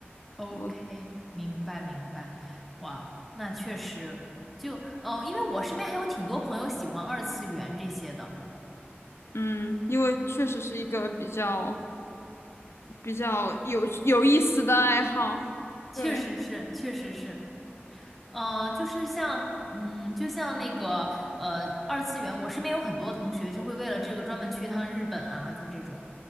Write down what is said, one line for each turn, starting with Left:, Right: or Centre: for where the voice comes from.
Centre: OK，
Left: 我。
Centre: 明白明白。哇，那确实，就呃，因为我身边还有挺多朋友喜欢二次元这些的。
Left: 嗯，因为确实是一个比较比较有有意思的爱好。
Centre: 确实是，
Left: 对，
Centre: 确实是，嗯，就是像，嗯，就像那个，呃，二次元，我身边有很多同学就会为了这个专门去一趟日本啊，就这种。